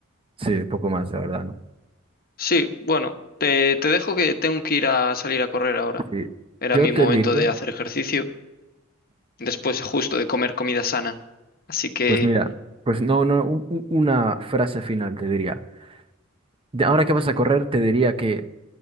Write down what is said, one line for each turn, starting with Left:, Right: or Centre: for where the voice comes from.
Right: Sí, poco más, la verdad, ¿no?
Left: Sí, bueno, te, te dejo que tengo que ir a salir a correr ahora.
Right: Sí.
Left: Era
Right: Yo
Left: mi
Right: te
Left: momento
Right: diría,
Left: de hacer ejercicio, después justo de comer comida sana. Así que,
Right: pues mira, pues no, no, un- un- una frase final te diría. de ahora que vas a correr, te diría que